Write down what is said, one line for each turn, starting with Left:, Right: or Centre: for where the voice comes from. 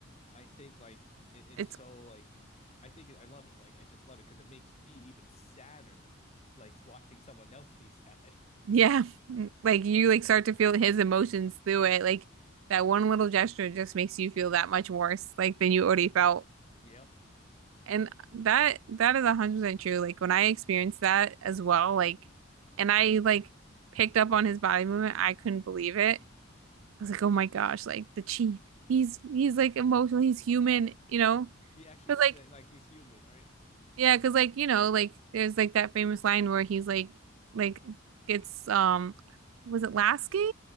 Left: I think like it, it's
Right: It's
Left: so like I think it, I love it. Like I just love it because it makes me even sadder, like watching someone else be sad.
Right: yeah, <laughs> like you like start to feel his emotions through it. Like that one little gesture just makes you feel that much worse like than you already felt.
Left: <laughs> yep,
Right: And that that is 100% true. Like when I experienced that as well, like and I like picked up on his body movement, I couldn't believe it. I was like, "Oh my gosh, like the chief. He's he's like emotional, he's human, you know?"
Left: he actually
Right: But
Left: is
Right: like
Left: like like, he's human, right?
Right: Yeah, because like you know, like there's like that famous line where he's like, like it's um, was it Lasky?